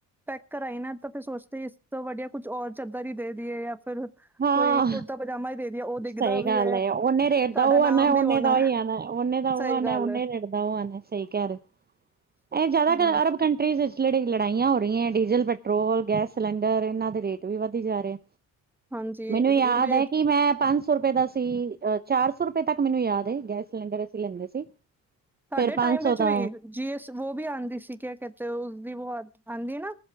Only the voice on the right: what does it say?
ਹਾਂ---ਹ
ਸਹੀ
ਗੱਲ ਹੈ, ਓਨੇ ਰੇਟ
ਦਾ ਉਹ
ਆ ਨਾ, ਉਹ
ਨੇ ਦਾ
ਹੀ ਆਣਾ। ਉਨਾਂ ਦਾ ਉਹ
ਆਉਣਾ,
ਉਹਨੇ
ਰੇਟ ਦਾ ਉਹ ਆਉਣਾ, ਸਹੀ ਕਹਿ ਰਹੋ ਹੋ, ਇਹ ਜ਼ਿਆਦਾਤਰ
ਅਰਬ ਕੰਟਰੀਜ਼। ਲੜੇ <unintelligible> ਲੜਾਈਆਂ ਹੋ ਰਈਐ ਡੀਜ਼ਲ, ਪੈਟਰੋਲ, ਗੈਸ ਸਿਲੰਡਰ ਏਨਾਂ ਦੇ ਰੇਟ ਵੀ ਵੱਧੀ ਜਾ ਰੇ
ਮੈਨੂੰ ਯਾਦ
ਹੈ ਕਿ ਮੈਂ ਪੰਜ ਸੌ ਰੁਪਏ ਦਾ ਸੀ, ਅਹ ਚਾਰ ਸੌ ਰੁਪਏ ਤੱਕ ਮੈਨੂੰ ਯਾਦ ਏ, ਗੈਸ ਸਿਲੰਡਰ ਅਸੀਂ ਲੈਂਦੇ ਸੀ
ਫੇਰ ਪੰਜ
ਸੌ ਦਾ